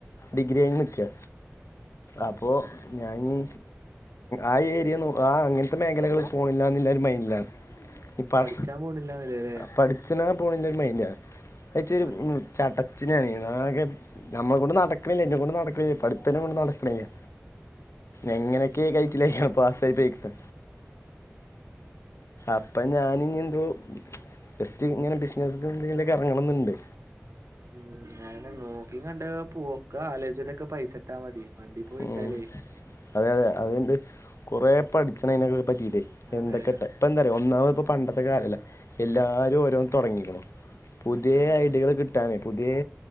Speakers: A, on the left (about 65°); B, on the right (about 70°).
A: ഡിഗ്രി കയിന്ന് നിക്കാ അപ്പോ ഞാഞ്ഞി ആ ഏരിയന്നു ആ അങ്ങനത്തെ മേഖലകള് പോണില്ലന്ന്ല്ലരു മൈൻഡിലാണ് ഈ പഠ
B: പഠിച്ചാൻ പോണില്ലാന്നില്ലല്ലേ
A: പഠിച്ച്ണാ പോണല്ലരു മൈൻഡാണ് അഹ്ച്ചരു
B: ഉം
A: നിർ ചടച്ച് ഞാന് ഞമ്മളെകൊണ്ട് നടക്ക്‌ണില്ലേ ഇന്നെ കൊണ്ട് നടക്ക്‌ണില്ലേ പട്ത്ത ഇന്നെകൊണ്ട് നടക്ക്‌ണില്ല്യ എങ്ങനെക്കെ കയിച്ചിലായി പാസ്സായി പോയിക്ക്‌ണ് അപ്പഞാനിഞ്ഞിന്തോ ജസ്റ്റ് ഇങ്ങനെ ബിസിനസ്ക്ക്‌എന്തെകി ലൊക്കെ എറങ്ങണംന്ന്ണ്ട്
B: ഉം അഎന്നെ നോക്കി കണ്ടഹ് പോക്കെ ആലോചിച്ചിട്ടൊക്കെ പൈസട്ടാ മതി വണ്ടി പോയി
A: ഉം
B: ഇട്ടാലേ
A: അതെ അതെ അഹ്ണ്ട് കുറേ പട്ച്ചണ അയിനൊക്കെ പറ്റിട്ടെ
B: അതെ
A: എന്തക്കെട്ടെ ഇപ്പന്താറിയൊ ഒന്നാമത്പ്പോ പണ്ടത്തെ കാലല്ല എല്ലാരും ഓരോന്ന് തൊടങ്ങിക്ക്‌ണു പുതിയേ
B: ഉം
A: ഐഡിയകള് കിട്ടാനെ പുതിയേ